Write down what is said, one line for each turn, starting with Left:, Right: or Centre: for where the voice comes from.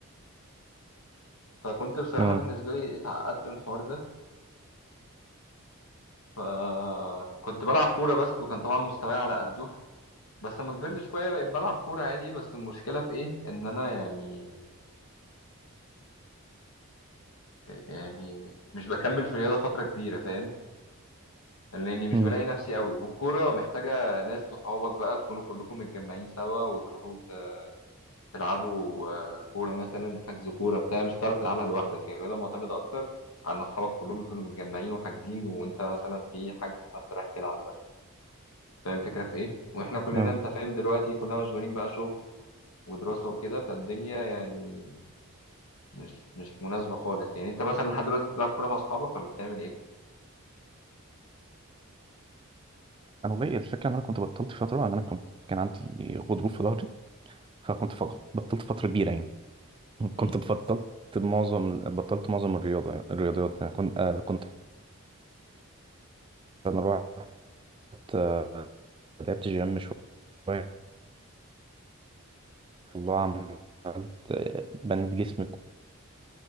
Left: فكنت بصراحة
Right: اه
Left: بالنسبة لي اتعقدت من الحوار ده فكنت بلعب كورة بس وكان طبعا مستواي على قده بس لما كبرت شوية بقيت بلعب كورة عادي بس المشكلة في إيه؟ إن أنا يعني يعني مش بكمل في الرياضة فترة كبيرة فاهم؟ لأني مش
Right: مم.
Left: بلاقي نفسي قوي والكورة محتاجة ناس صحابك بقى تكونوا كلكم متجمعين سوا وتروحوا ت- تلعبوا آه، كورة مثلا حجز كورة بتاع مش هتعرف تلعبها لوحدك هي الرياضة معتمدة أكتر على إن أصحابك كلهم يكونوا متجمعين وحاجزين وأنت مثلا في حجز فأنت رايح تلعب مثلا فاهم الفكرة في إيه؟ وإحنا كلنا
Right: اه
Left: أنت فاهم دلوقتي كلنا مشغولين بقى شغل ودراسة وكده فالدنيا يعني مش مش مناسبة خالص يعني انت مثلا لحد دلوقتي بتلعب كورة مع اصحابك ولا بتعمل ايه؟
Right: انا والله الفكرة ان انا كنت بطلت فترة ان انا كنت كان عندي غضروف في ظهري فكنت ف... بطلت فترة كبيرة يعني كنت
Left: امم
Right: بطلت معظم بطلت معظم الرياضة الرياضيات يعني كنت آه، كنت انا رحت آه، لعبت جيم شوية والله عملت آه، بنيت جسم